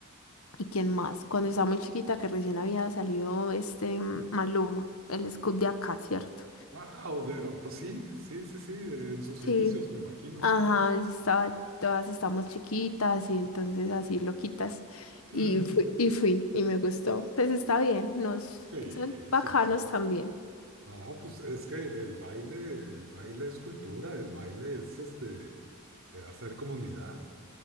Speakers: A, on the left; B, on the right.
A: ¿Y quién más? Cuando estaba muy chiquita, que recién había salido este mm, Maluma, el Scoop de acá, ¿cierto?
B: Wow, pues sí, sí, sí, sí, en sus
A: Sí.
B: inicios, me imagino.
A: Ajá, estaba, todas estamos chiquitas y entonces así loquitas.
B: <laughs>
A: Y fui, y fui, y me gustó. Pues está bien, nos
B: Sí,
A: son bacanos
B: sí, sí.
A: también.
B: No, pues es que el baile, el baile es cultura, el baile es este, eh, hacer comunidad.